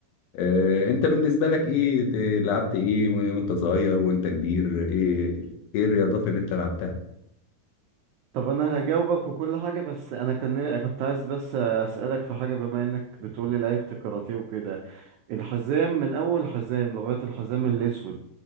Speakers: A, on the left (about 80°); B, on the right (about 85°).
A: آه، انت بالنسبة لك ايه ت- لعبت ايه و- وانت صغير وانت كبير ايه ايه الرياضات اللي انت لعبتها
B: طب انا هجاوبك وكل حاجة بس انا كان كنت عايز بس اسألك في حاجة بما انك بتقولي لعبت كاراتيه وكده الحزام من اول حزام لغاية الحزام الاسود